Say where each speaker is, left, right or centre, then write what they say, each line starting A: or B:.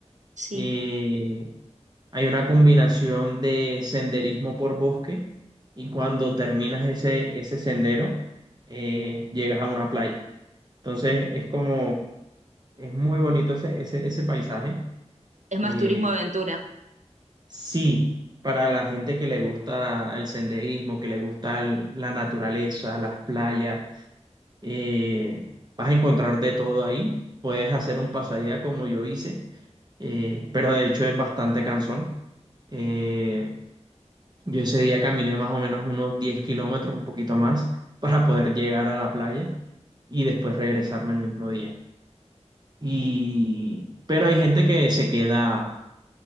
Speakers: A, on the right; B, on the right.
A: sí.
B: Eh, hay una combinación de senderismo por bosque y cuando terminas ese, ese sendero, eh, llegas a una playa. Entonces es como, es muy bonito ese, ese, ese paisaje.
A: Es
B: Eh,
A: más turismo aventura.
B: sí, para la gente que le gusta el senderismo, que le gusta el- la naturaleza, las playas eh, vas a encontrar de todo ahí. Puedes hacer un pasadía como yo hice, eh, pero de hecho es bastante cansón. Eh, yo ese día caminé más o menos unos 10 kilómetros, un poquito más, <laughs> para poder llegar a la playa y después regresarme el mismo día. Y, pero hay gente que se queda,